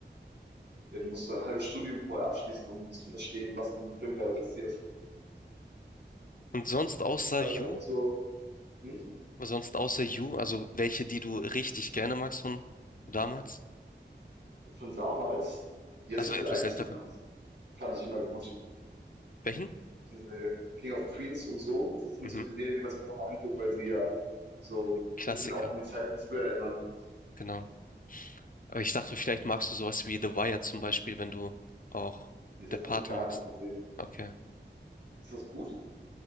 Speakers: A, on the right; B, on the left.
A: Ja, du musst so ein halbes Studium vorher abschließen, um zu verstehen, was in diesem Film gerade passiert.
B: Und sonst außer
A: Und dann
B: You,
A: kommt so, hm,
B: sonst außer You, also welche, die du richtig gerne magst von damals,
A: von damals, ja,
B: also
A: so diese
B: etwas
A: alten
B: ältere.
A: Sitcoms fand ich immer gut.
B: Welchen?
A: Diese King of Queens und so, das sind
B: Mhm.
A: so die Serien, die man sich immer noch mal anguckt, weil sie ja so ein
B: Klassiker,
A: bisschen auch an die Zeit von früher erinnern.
B: genau. Aber ich dachte, vielleicht magst du sowas wie The Wire zum Beispiel, wenn du auch
A: Nee, das
B: Der Pate
A: habe ich gar
B: magst.
A: nicht gesehen.
B: Okay.
A: Ist das gut?